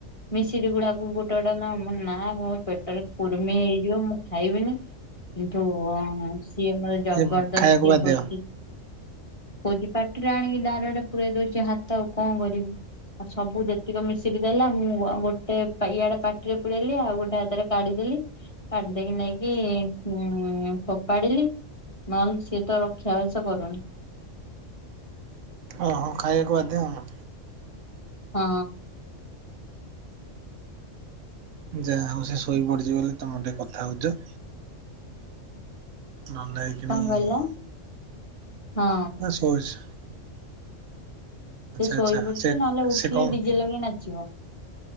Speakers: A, on the left (about 25°); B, on the right (about 75°).
A: ମିଶିରି ଗୁଡାକୁ ଗୋଟେ ଗୋଟେ ନା ନା <unintelligible> ପେଟରେ କୁର୍ମି ହେଇଯିବ ମୁଁ ଖାଇବିନି କିନ୍ତୁ ସିଏ ମୋତେ ଜବରଦସ୍ତି
B: ହଁ ହଁ ଖାଇବାକୁ ବାଧ୍ୟ
A: କରୁଚି
B: ହଁ।
A: କହୁଚି ପାଟିରେ ଆଣିକି ଡ଼ାଇରେକ୍ଟ୍ ପୁରେଇ ଦଉଚି ହାତ ଆଉ କଣ କରିବି। ଆଉ ସବୁ ଯେତିକ ମିଶିରି ଦେଲା ମୁଁ ଗୋଟେ ଇଆଡେ ପାଟିରେ ପୁରେଇଲି ଆଉ ଗୋଟେ ହା ତେରେ କାଢିଦେଲି କାଢିଦେଇକି ନେଇକି ଉଁ- ଫୋପାଡ଼ିଲି ନହେଲେ ସିଏ ତ ରକ୍ଷା ବାସ କରୁନି।
B: ଓହୋ ଖାଇବାକୁ ବାଧ୍ୟ ଆଉ।
A: ହଁ।
B: ଯାହା ହଉ ସେ ଶୋଇପଡିଚି ବୋଲି ତମେ ଟିକେ କଥା ହଉଚ। ନହେଲେ ଏଇକ୍ଷଣି-
A: କଣ କହିଲ ହଁ
B: ସେ ଶୋଇଚି।
A: ସେ ଶୋଇ
B: ଆଚ୍ଛା
A: ପଡଚି
B: ସେ
A: ନହେଲେ ଉଠିଲେ
B: ସେ କଣ
A: ଡିଜେ ଲଗେଇ ନାଚିବ।